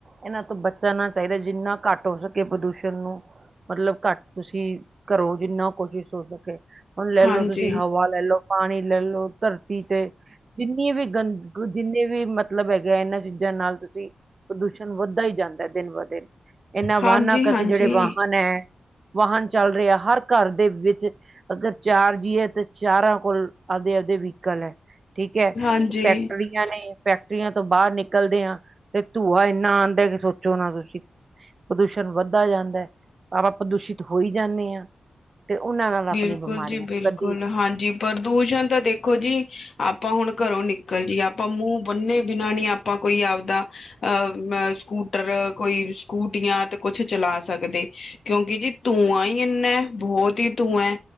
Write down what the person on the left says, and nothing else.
ਹਾਂਜੀ
ਹਾਂਜੀ
ਹਾਂਜੀ
ਹਾਂਜੀ
ਬਿਲਕੁਲ
<unintelligible> ਹਾਂਜੀ ਪ੍ਰਦੂਸ਼ਣ ਤਾਂ ਦੇਖੋ ਜੀ ਆਪਾਂ ਹੁਣ ਘਰੋਂ ਨਿਕਲ ਜੀਏ ਆਪਾਂ ਮੂੰਹ ਬੰਨੇ ਬਿਨਾਂ ਨੀ ਆਪਾਂ ਕੋਈ ਆਪਦਾ ਅ ਸਕੂਟਰ ਕੋਈ ਸਕੂ ਸਕੂਟੀਆਂ ਤੇ ਕੁੱਛ ਚਲਾ ਸਕਦੇ ਕਿਉਂਕਿ ਜੀ ਧੂੰਆਂ ਈ ਇੰਨਾ ਬੋਹਤ ਈ ਤੂੰਐ